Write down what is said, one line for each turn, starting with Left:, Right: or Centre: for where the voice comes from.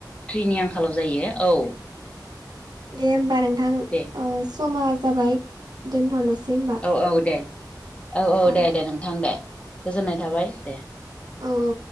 Left: थ्रिनि आंखालाव जायो औ
Right: दे होमबा नोंथां
Left: दे
Right: ओ समा जाबाय दोनथ'नोसै होमबा
Left: औ-औ दे औ-औ
Right: औ
Left: दे-दे नोंथां दे गोजोननाय थाबाय दे
Right: औ औ